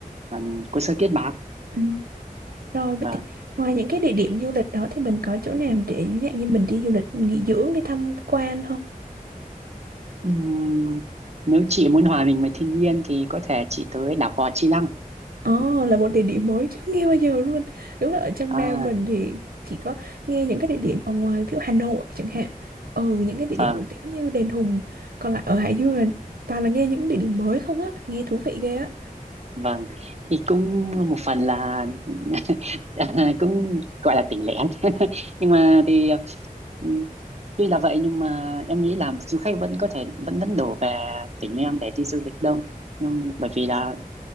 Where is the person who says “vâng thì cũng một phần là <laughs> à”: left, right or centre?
Right